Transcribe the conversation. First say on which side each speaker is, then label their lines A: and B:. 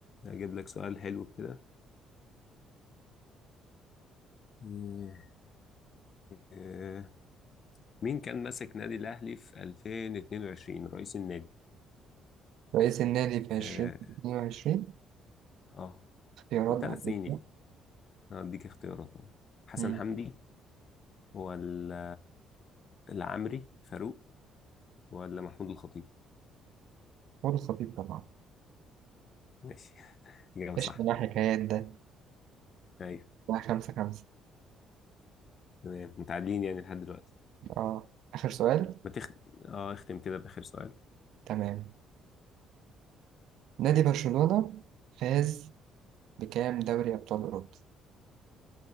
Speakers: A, on the left; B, on the right.
A: أجيب لك سؤال حلو كده آه، آه، مين كان ماسك نادي الأهلي في 2022 رئيس النادي
B: رئيس النادي في عشرين
A: آه
B: اتنين وعشرين
A: آه،
B: اختيارات
A: من
B: بعد
A: ثلاث سنين
B: كده
A: يعني هديك اختيارات أهو. حسن
B: مم.
A: حمدي ولا العمري فاروق ولا محمود الخطيب
B: هو الخطيب طبعا
A: ماشي <laughs> إجابة
B: ايش
A: صح
B: من الحكايات ده
A: ايوه
B: بقى خمسة خمسة
A: تمام متعادلين يعني لحد دلوقتي
B: اه آخر سؤال
A: ما تخ... اه اختم كده بآخر سؤال
B: تمام نادي برشلونة فاز بكام دوري أبطال أوروبا؟